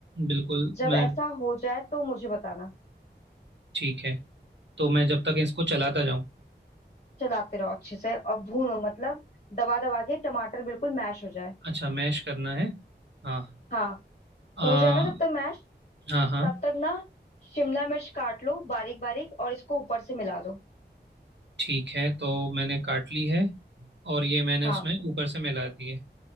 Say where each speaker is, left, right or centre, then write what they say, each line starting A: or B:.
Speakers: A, on the right; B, on the left.
A: बिल्कुल
B: जब
A: मैं
B: ऐसा हो जाए तो मुझे बताना
A: ठीक है तो मैं जब तक इसको चलाता जाऊँ
B: चलाते रहो अच्छे से और भूनो मतलब दबा दबा के टमाटर बिल्कुल मैश हो जाए
A: अच्छा मैश करना है हाँ
B: हाँ
A: आ,
B: हो जाए ना जब तक मैश
A: हाँ हाँ
B: तब तक ना शिमला मिर्च काट लो बारीक बारीक और इसको ऊपर से मिला दो
A: ठीक है तो मैंने काट ली है और ये मैंने
B: हाँ
A: उसमें ऊपर से मिला दी है